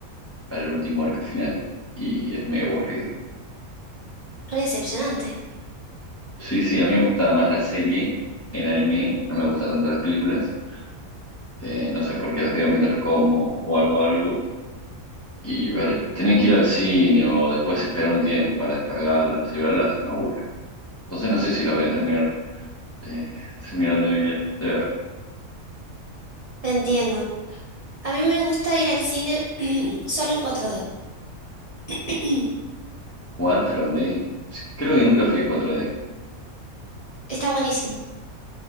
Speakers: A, on the left; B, on the right.
A: para el último arco final. Y es medio aburrido.
B: re decepcionante.
A: Sí, sí, a mí me gusta más la serie en anime, no me gustan tanto las películas. Eh, no sé por qué las veo mientras como o algo, algo. Y ver, tener que ir al cine o después esperar un tiempo para descargarlas y verlas me aburre. Entonces no sé si la voy a terminar eh, <laughs> terminando de ver, de ver.
B: Te entiendo. A mí me gusta ir al cine <clears throat> solo el 4D. <clears throat>
A: cuatro d Creo que nunca fui a 4D,
B: Está buenísimo.